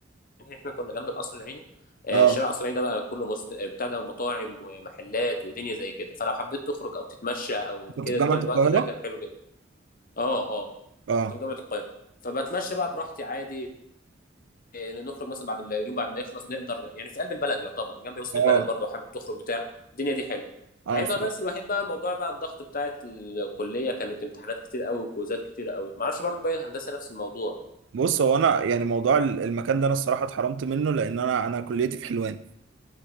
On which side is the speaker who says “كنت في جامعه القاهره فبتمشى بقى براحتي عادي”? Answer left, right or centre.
Left